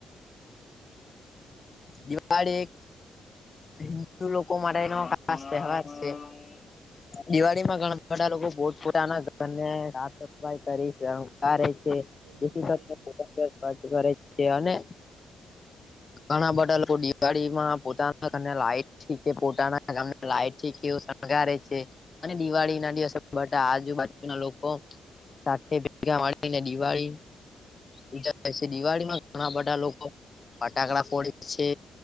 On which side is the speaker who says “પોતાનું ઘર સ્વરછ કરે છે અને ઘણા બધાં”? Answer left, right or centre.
Left